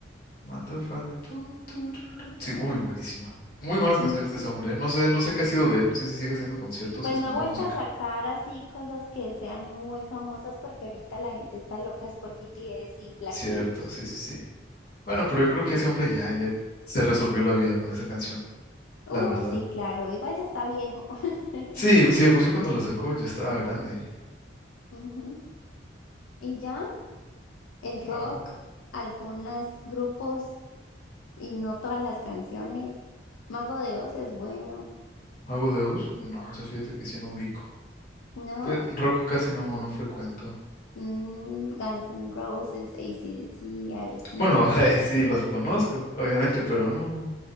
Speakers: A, on the left (about 50°); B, on the left (about 85°).
A: Mato Father. tu, tu, tu, tu, tu. Sí, uy, buenísima. Muy buenas canciones
B: Ujú.
A: de ese hombre. ¿eh? No sé, no sé qué ha sido de él. No sé si sigue haciendo conciertos
B: Pues
A: o sacando
B: no ha vuelto
A: música.
B: a sacar así cosas que sean muy famosas porque ahorita la gente está loca es por BTS y Blackpink.
A: Cierto, sí, sí, sí. Bueno, pero yo creo que ese hombre ya, ya se resolvió la vida con esa canción,
B: Uf,
A: la verdad.
B: sí, claro. Igual ya está viejo. <laughs>
A: Sí, sí, de por sí cuando la sacó ya estaba grande.
B: Ujú. Y ya, el rock,
A: Wow.
B: algunos grupos y no todas las canciones. Mago de Oz es bueno,
A: ¿Mago de Oz? No, eso fíjate que sí no ubico.
B: ¿no?
A: Fíjate, rock casi no, no frecuento.
B: Mm, Guns N' Roses, AC/DC, Aerosmith.
A: Bueno, <laughs> eh,
B: eh,
A: sí, las conozco, obviamente, pero no.